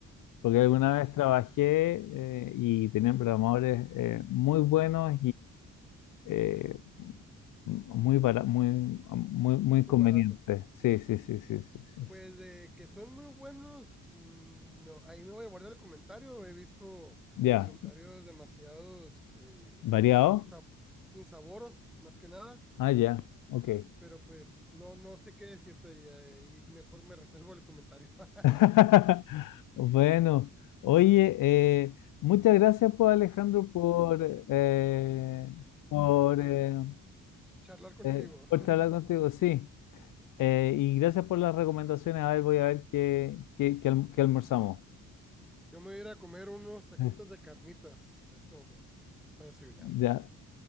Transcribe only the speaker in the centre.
eh,
muy
baratos.
Pues
de que son muy buenos, mm, no, ahí me voy a guardar el comentario. He visto
comentarios demasiados eh,
insab- insaboros, más que nada,
pero pues no, no sé qué decirte y ahí mejor me reservo el comentario. <laughs>
Seguirte-
charlar contigo.
<laughs>
Yo me voy a ir a comer unos taquitos
de carnitas en este momento para desayunar.